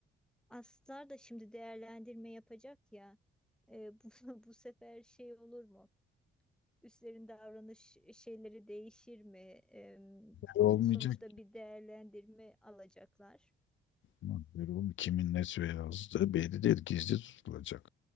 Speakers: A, in the centre; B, on the left.
A: aslar da şimdi değerlendirme yapacak ya. E, <laughs> bu, bu sefer şey olur mu? üstlerin davranış şeyleri değişir mi? Em,
B: Olmayacak.
A: sonuçta bir değerlendirme alacaklar.
B: mı? Böyle olmuyor. Kimin ne yazdığı belli değil. Gizli tutulacak.